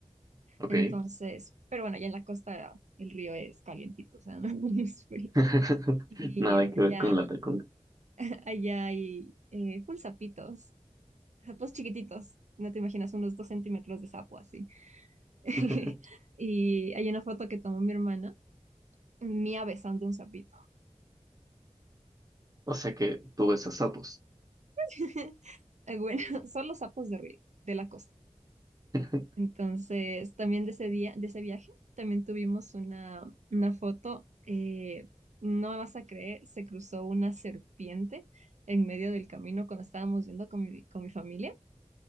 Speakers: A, on the right; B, on the right.
A: ok.
B: Entonces, pero bueno, allá en la costa el río es calientito, o sea, <laughs> no es frío.
A: <laughs>
B: Y
A: Nada
B: allá,
A: que ver con la tacón.
B: <laughs> allá hay eh, full sapitos, sapos chiquititos, no te imaginas, unos dos centímetros de sapo <laughs>
A: <laughs>
B: Y hay una foto que tomó mi hermana, mía besando un sapito.
A: O sea que tú ves a sapos.
B: <laughs> Eh, Bueno, <laughs> son los sapos de río, de la costa.
A: <laughs>
B: Entonces, también de ese día, de ese viaje, también tuvimos una, una foto. eh, no me vas a creer, se cruzó una serpiente en medio del camino cuando estábamos yendo con mi, con mi familia